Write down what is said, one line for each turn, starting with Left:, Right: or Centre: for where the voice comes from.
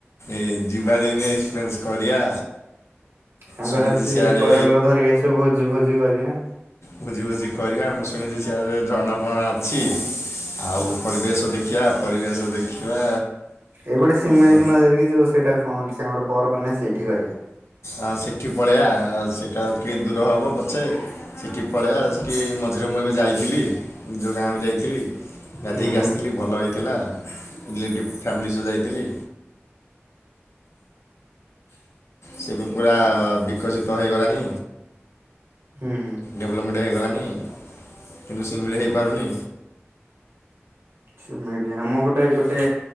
Left: ଏ ଯିବା ଦିନେ ଏକ୍ସପିରିଏନ୍ସ କରିବା।
Right: ସାଙ୍ଗ
Left: ଶୁଣିଛି
Right: ସାଥି
Left: ସିଆଡ଼େ
Right: ହେଇକି <unintelligible> ଲୋକ ଧରିକି ଆସିବ ଭୋଜି ଫୋଜି କରିବା।
Left: ଭୋଜି ଭୋଜି କରିବା ମୁଁ ଶୁଣିଛି ସିଆଡେ ଝରଣା ପରଣା ଅଛି।
Right: ହଁ।
Left: ଆଉ ପରିବେଶ ଦେଖିବା ପରିବେଶ ଦେଖିବା
Right: ଏ ପଟେ ଶିମିଳିକି
Left: ଆଉ
Right: ନ ଯାଇକି ଯୋଉ ସେଇଟା କଣ ଅଛି ଆମର ବ <unintelligible> ସେଇଠି କରିବା।
Left: ଆ ସେଠି ପଳେଇବା ସେଇଟା ଟିକେ ଦୂର ହବ ପଛେ ସେଠି ପଳେଇବା ସେଠି ମଝିରେ ମୁଁ ଏବେ ଯାଇଥିଲି ଯୋଉ ଗାଁକୁ ଯାଇଥିଲି ଗାଧେଇକି
Right: ହୁଁ ହୁଁ
Left: ଆସିଥିଲି ଭଲ ହେଇଥିଲା। ରିଲେଟିଭ୍ ଫ୍ୟାମିଲି ସହ ଯାଇଥିଲି। ସେ ବି ପୁରା ବିକଶିତ ହେଇଗଲାଣି।
Right: ହୁଁ ହୁଁ।
Left: ଡେଭଲପମେଣ୍ଟ ହେଇଗଲାଣି। <unintelligible> ପାରୁନି।
Right: ସେମିତି ଆମ ଗୋଟେ ଏପଟେ